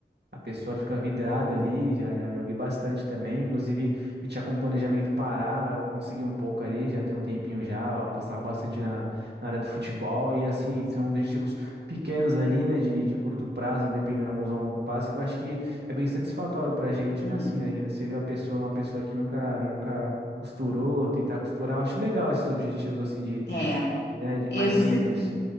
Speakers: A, on the right; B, on the left.
A: A pessoa fica vidrada ali, já, já joguei bastante também. Inclusive, eu tinha com planejamento parar, eu consegui um pouco ali, já tem um tempinho já, apostar bastante na, na área do futebol. E assim, são objetivos pequenos ali, né, de, de curto prazo, dependendo alguns a longo prazo, que eu acho que é bem satisfatório pra gente,
B: Uhum.
A: né? Assim, aí você vê a pessoa, uma pessoa que nunca, nunca costurou, tentar costurar. Eu acho legal esses objetivos, assim, de,
B: É,
A: de, né, de mais
B: e você
A: simples.